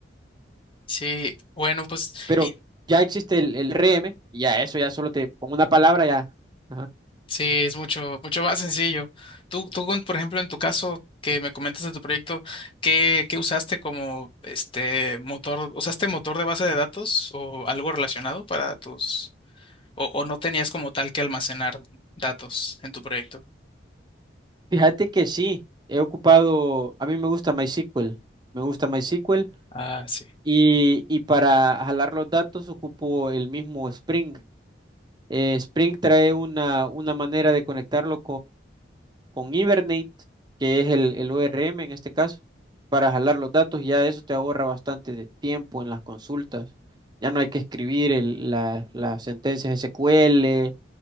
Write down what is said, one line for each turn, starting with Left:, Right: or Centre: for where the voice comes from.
Left: Sí, bueno, pues,
Right: Pero
Left: y
Right: ya existe el, el RM y ya eso ya solo te, con una palabra ya. ajá.
Left: Sí, es mucho, mucho más sencillo. Tú, tú, con- por ejemplo, en tu caso que me comentas de tu proyecto, ¿qué, qué usaste como este motor? ¿Usaste motor de base de datos o algo relacionado para tus, o, o no tenías como tal que almacenar datos en tu proyecto?
Right: Fíjate que sí, he ocupado, a mí me gusta MySQL, me gusta MySQL
Left: Ah, sí.
Right: y, y para jalar los datos ocupo el mismo Spring. Eh, Spring trae una, una manera de conectarlo con Hibernate, que es el, el ORM en este caso, para jalar los datos, ya eso te ahorra bastante de tiempo en las consultas. Ya no hay que escribir el- la- las sentencias SQL